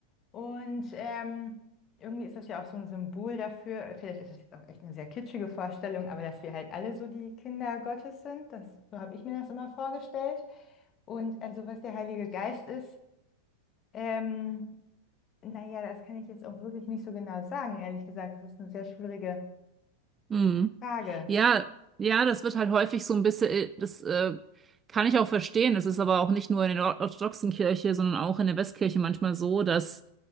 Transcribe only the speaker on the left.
und ähm, irgendwie ist das ja auch so ein Symbol dafür, vielleicht ist das jetzt auch echt eine sehr kitschige Vorstellung, aber dass wir halt alle so die Kinder Gottes sind, das, so habe ich mir das immer vorgestellt. Und also was der Heilige Geist ist, ähm, naja, das kann ich jetzt auch wirklich nicht so genau sagen, ehrlich gesagt, das ist eine sehr schwierige
Frage.